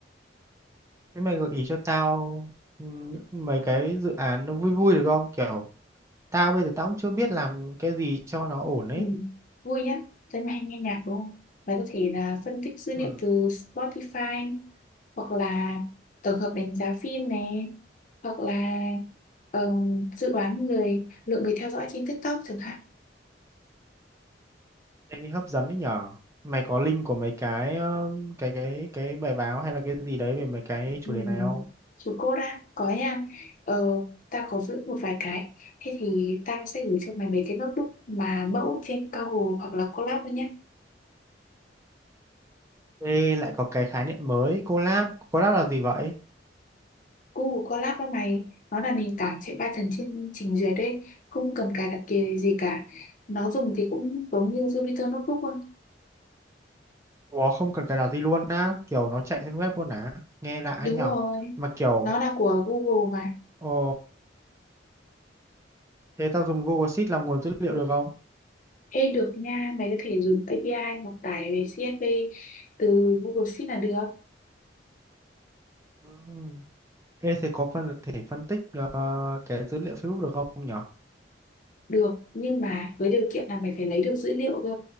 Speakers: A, on the right; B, on the left.
A: Thế mày gợi ý cho tao ừ, những mấy cái dự án nó vui vui được không? Kiểu tao bây giờ tao cũng chưa biết làm cái gì cho nó ổn ấy.
B: ừ. vui nhá thấy mày hay nghe nhạc đúng không mày có thể là phân tích dữ liệu
A: Ừ.
B: từ Spotify hoặc là tổng hợp đánh giá phim này hoặc là ờm, dự đoán người lượng người theo dõi trên TikTok chẳng hạn
A: Anh ấy hấp dẫn đấy nhở. Mày có link của mấy cái ờ, cái cái cái bài báo hay là cái gì đấy về mấy cái chủ
B: Ừ.
A: đề này không?
B: Chú cô đã có nha ờ tao có giữ một vài cái thế thì tao sẽ gửi cho mày mấy cái notebook mà mẫu trên Google hoặc là Colab thôi nhé
A: Ê, lại có cái khái niệm mới, collab. Collab là gì vậy?
B: Google Colab với mày nó là nền tảng chạy Python trên trình duyệt đấy không cần cài đặt kia gì cả nó dùng thì cũng giống như Jupyter Notebook thôi
A: Ủa, không cần cài đặt gì luôn á. Kiểu nó chạy trên web luôn á. Nghe lạ ấy
B: đúng
A: nhở.
B: rồi
A: Mà kiểu,
B: nó là của Google mà
A: ồ, thế tao dùng Google Sheet làm nguồn dữ liệu được không?
B: Ê được nha mày có thể dùng API hoặc tải về CSV từ Google Sheet là được
A: Ừ. Ê, thế có phân thể phân tích ờ, cái dữ liệu Facebook được không nhở?
B: Được, nhưng mà với điều kiện là mày phải lấy được dữ liệu cơ.